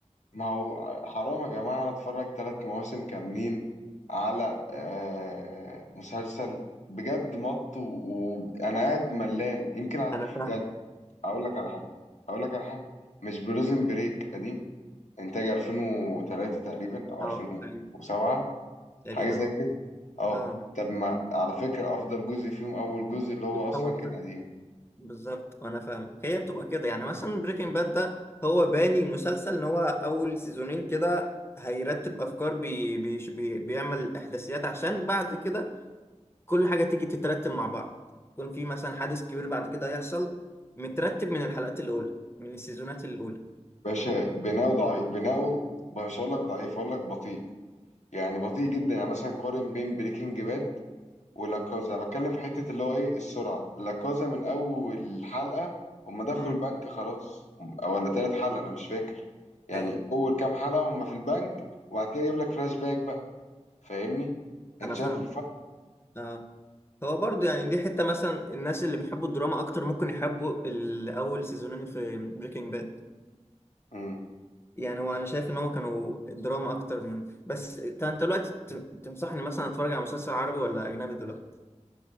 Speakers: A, on the left; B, on the left.
A: ما هو حرام يا جماعة أنا أتفرج تلات مواسم كاملين على آه مسلسل بجد مط وأنا قاعد ملان يمكن ع...
B: انا فاهمك
A: يعني أقول لك على حاجة أقول لك على حاجة مش بريزن بريك قديم انتاج 2003 تقريبا او
B: اه
A: 2007
B: أيوة، تقريبا
A: حاجه زي
B: اه
A: كده اه
B: اه
A: طب ما على فكره افضل جزء فيهم اول جزء اللي هو اصلا
B: اول
A: كان
B: جزء
A: قديم
B: بالظبط وانا فاهم هي بتبقى كده يعني مثلا بريكنج باد ده هو باني مسلسل ان هو اول سيزونين كده هيرتب افكار بي بي بي بيعمل احداثيات عشان بعد كده كل حاجه تيجي تترتب مع بعض يكون في مثلا حدث كبير بعد كده هيحصل مترتب من الحلقات الاولى من السيزونات الاولى
A: باشا بناؤه ضعيف بناؤه مش هقول لك ضعيف هقول لك بطيء يعني بطيء جدا يعني مثلا قارن بين بريكنج باد ولاكازا بتكلم في حته اللي هو ايه السرعه لاكازا من اول حلقه هم دخلوا
B: امم
A: البنك خلاص أو ولا تالت حلقه انا مش فاكر يعني
B: ايوه
A: اول كام حلقه هم في البنك وبعد كده يجيب لك فلاش باك بقى فاهمني انت
B: انا
A: شايف
B: فاهم اه هو برضو يعني دي حته مثلا الناس اللي بيحبوا الدراما اكتر ممكن يحبوا الاول سيزونين في بريكنج باد
A: امم
B: يعني هو انا شايف ان هو كانوا دراما اكتر من بس انت أنت دلوقتي ت- تنصحني مثلا اتفرج على مسلسل عربي ولا اجنبي دلوقتي